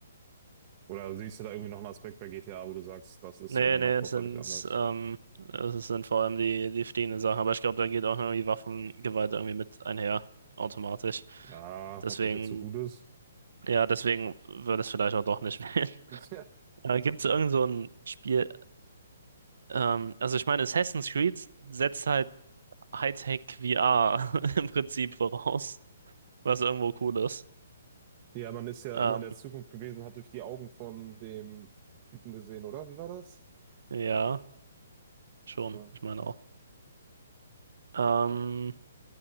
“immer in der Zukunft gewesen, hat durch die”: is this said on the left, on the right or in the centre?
Right